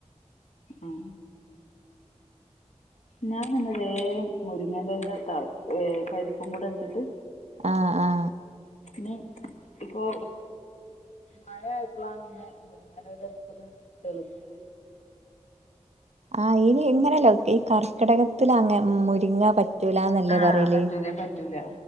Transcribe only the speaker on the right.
ആ ആ
ആഹ് ഇനി എങ്ങനെല്ലോ ക്കെ ഈ കർക്കിടകം ത്തിലങ്ങെമുരിങ്ങാ പറ്റൂലന്നല്ലേ
പറേല്